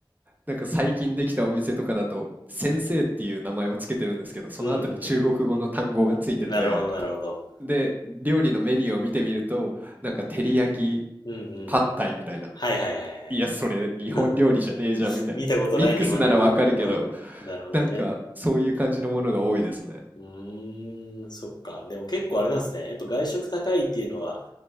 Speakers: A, on the right; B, on the left.
A: なんか最近できたお店とかだと、先生っていう名前をつけてるんですけど、その後に中国語の単語がついてて、
B: うんうん。なるほどなるほど。
A: で、料理のメニューを見てみると、なんか照り焼き、
B: うんうんうん。
A: パッタイみたいな。
B: はいはいはいはい。
A: いや、それ日本料理じゃねえじゃんみたいな。
B: <laughs> 見たことない日本料理が。
A: ミックスならわかるけど、
B: うん。なるほどね。
A: なんかそういう感じのものが多いですね。
B: うーん、そっか。でも結構あれなんですね。やっぱ外食高いっていうのは、